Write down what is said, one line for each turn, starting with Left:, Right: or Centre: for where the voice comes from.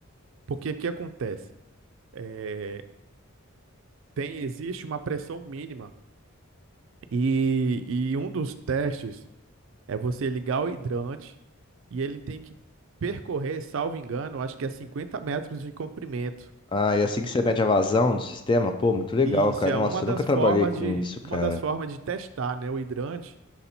Right: Porque que que acontece? É, Tem, existe uma pressão mínima. E, e um dos testes é você ligar o hidrante e ele tem que percorrer, salvo engano, acho que é 50 metros de comprimento.
Left: Ah, e assim
Right: Ent-
Left: que você mede a vazão do sistema, pô, muito legal,
Right: E isso
Left: cara.
Right: é
Left: Nossa,
Right: uma das
Left: eu nunca trabalhei
Right: formas
Left: com
Right: de,
Left: isso,
Right: uma
Left: cara.
Right: das formas de testar, né? O hidrante,